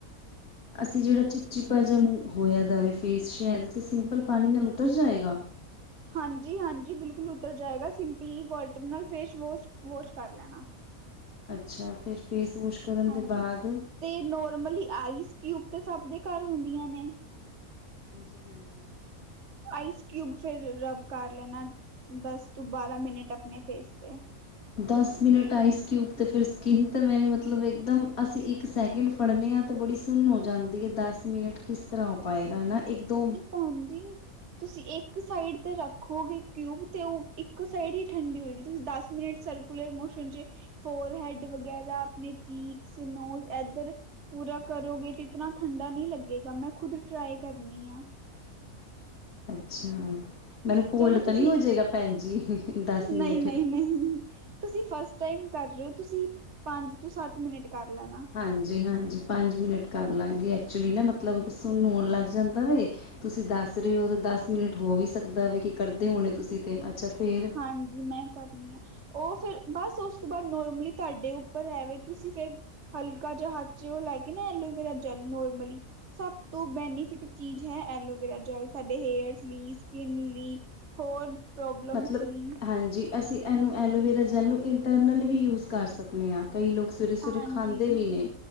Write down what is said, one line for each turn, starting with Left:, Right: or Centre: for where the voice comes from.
Left: ਅਸੀਂ ਜਿਹੜਾ ਚਿਪਚਿਪਾ ਜ ਮੂੰਹ ਹੋਇਆ ਜਾਵੇ, ਫੇਸ ਸ਼ਹਿਦ 'ਤੇ ਸਿੰਪਲ ਪਾਣੀ ਨਾਲ ਉਤਰ ਜਾਵੇਗਾ।
Right: ਹਾਂਜੀ-ਹਾਂਜੀ, ਬਿਲਕੁਲ ਉਤਰ ਜਾਏਗਾ ਸਿੰਪਲੀ ਵਾਟਰ ਨਾਲ ਫੇਸ ਵੋਸ਼ ਵੋਸ਼ ਕਰ ਲੈਣਾ।
Left: ਅੱਛਾ, ਫਿਰ ਫੇਸ ਵੋਸ਼ ਕਰਨ
Right: ਹਾਂਜੀ
Left: ਦੇ ਬਾਅਦ
Right: ਤੇ ਨੋਰਮਲੀ ਆਈਸ ਕਿਊਬ ਤੇ ਸਭ ਦੇ ਘਰ ਹੁੰਦੀਆਂ ਨੇ।
Left: ਹਾਂਜੀ-ਹਾਂਜੀ।
Right: ਆਈਸ ਕਿਊਬ ਫਿਰ ਰਬ ਕਰ ਲੈਣਾ, ਦਸ ਤੋਂ ਬਾਰਾਂ ਮਿੰਟ ਆਪਣੇ ਫੇਸ ਤੇ।
Left: ਦਸ ਮਿੰਟ ਆਈਸ ਕਿਊਬ ਤੇ ਫਿਰ ਸਕਿੰਨ ਤਾਂ ਮੇਰੀ ਮਤਲਬ ਇੱਕਦਮ ਅਸੀਂ ਇੱਕ ਸੈਕਿੰਡ ਪੜ੍ਹਨੇ ਹਾਂ, ਤਾਂ ਬੜੀ ਸੁੁੰਨ ਹੋ ਜਾਂਦੀ ਹੈ ਦਸ ਮਿੰਟ ਕਿਸ ਤਰ੍ਹਾਂ ਉਹ ਪਾਏਗਾ ਹੈ ਨਾ ਇੱਕ-ਦੋ
Right: ਹਾਂਜੀ। ਤੁਸੀਂ ਇੱਕ ਸਾਈਡ ਤੇ ਰੱਖੋਗੇ ਕਿਊਬ ਤੇ ਉਹ ਇੱਕ ਸਾਈਡ ਹੀ ਠੰਡੀ ਹੋਏਗੀ ਤੁਸੀਂ ਦਸ ਮਿੰਟ ਸਰਵ ਸਰਕੂਲਰ ਮੋਸ਼ਨ ਚ ਫੋਰ ਹੈਡ ਵਗੈਰਾ ਆਪਣੇ ਚੀਕਸ, ਨੋਜ ਇਧਰ ਪੂਰਾ ਕਰੋਗੇ ਤੇ ਇਤਨਾ ਠੰਡਾ ਨਹੀਂ ਲੱਗੇਗਾ ਮੈਂ ਖੁਦ ਟਰਾਈ ਕਰਨੀ ਆ।
Left: ਅੱਛਾ, ਮੈਨੂੰ ਕੋਲਡ
Right: ਚਲੋ
Left: ਤਾਂ
Right: ਤੁਸੀਂ
Left: ਨਹੀਂ ਹੋਜੇਗਾ ਭੈਣ ਜੀ, ਦਸ ਮਿੰਨਟ।
Right: ਨਹੀਂ ਨਹੀਂ ਨਹੀਂ। ਤੁਸੀਂ ਫਸਟ ਟਾਈਮ ਕਰ ਰਹੇ ਹੋ ਤੁਸੀਂ ਪੰਜ ਤੋਂ ਸੱਤ ਮਿੰਟ ਕਰ ਲੈਣਾ।
Left: ਹਾਂਜੀ-ਹਾਂਜੀ, ਪੰਜ ਮਿੰਟ ਕਰ ਲਵਾਂਗੀ ਐਕਚੁਲੀ ਨਾ ਮਤਲਬ ਨ ਸੁਣ ਹੋਣ ਲੱਗ ਜਾਂਦਾ ਵੇ। ਤੁਸੀਂ ਦੱਸ ਰਹੇ ਹੋ ਤਾਂ ਦਸ ਮਿੰਟ ਹੋ ਵੀ ਸਕਦਾ ਵੇ ਕਿ ਕਰਦੇ ਹੋਣੇ ਤੁਸੀਂ ਤੇ ਅੱਛਾ ਫੇਰ
Right: ਹਾਂਜੀ, ਮੈਂ ਕਰੀ ਹਾਂ। ਉਹ ਫਿਰ ਬਸ ਉਸ ਤੋਂ ਬਾਅਦ ਨੋਰਮਲੀ ਤੁਹਾਡੇ ਉੱਪਰ ਹੈਵੇ ਤੁਸੀਂ ਫਿਰ ਹਲਕਾ ਜਿਹਾ ਹੱਥੇ ਉਹ ਲੈ ਕੇ ਨਾ ਐਲੋਵੇਰਾ ਜੈਲ ਨੋਰਮਲੀ ਸਭ ਤੋਂ ਬੈਨੀਫਿਟ ਚੀਜ਼ ਹੈ, ਐਲੋਵੇਰਾ ਜੈਲ ਸਾਡੇ ਹੇਅਰਸ ਲਈ, ਸਕਿਨ ਲਈ। ਹੋਰ ਪ੍ਰੋਬਲਮਸ।
Left: ਮਤਲਬ
Right: ਲਈ
Left: ਹਾਂਜੀ, ਅਸੀਂ ਇਹਨੂੰ ਐਲੋਵੇਰਾ ਜੈਲ ਨੂੰ ਇੰਟਰਨਲ ਵੀ ਯੂਜ ਕਰ ਸਕਦੇ ਹਾਂ ਕਈ ਲੋਕ ਸਵੇਰੇ-ਸਵੇਰੇ
Right: ਹਾਂਜੀ-
Left: ਖਾਂਦੇ ਵੀ ਨੇ